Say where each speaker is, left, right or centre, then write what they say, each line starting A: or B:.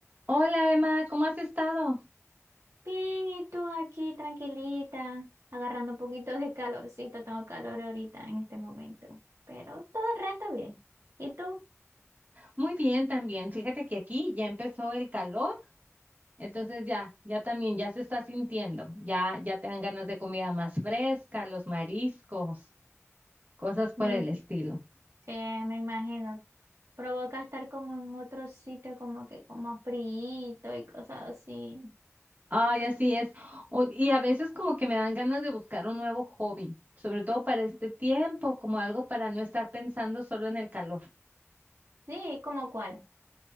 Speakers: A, on the right; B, on the right.
A: Hola Emma, ¿cómo has estado?
B: Bien, ¿y tú aquí tranquilita, agarrando un poquito de calorcito? Tengo calor ahorita en este momento, pero todo el resto bien. ¿Y tú?
A: Muy bien también. Fíjate que aquí ya empezó el calor, entonces ya, ya también, ya se está sintiendo. Ya, ya te dan ganas de comida más fresca, los mariscos, cosas por
B: Me,
A: el
B: im-
A: estilo.
B: sí, me imagino, provoca estar como en otro sitio, como que como frío y cosas así.
A: Ay, así es. O- y a veces como que me dan ganas de buscar un nuevo hobby, sobre todo para este tiempo, como algo para no estar pensando solo en el calor.
B: Sí, ¿como cuál?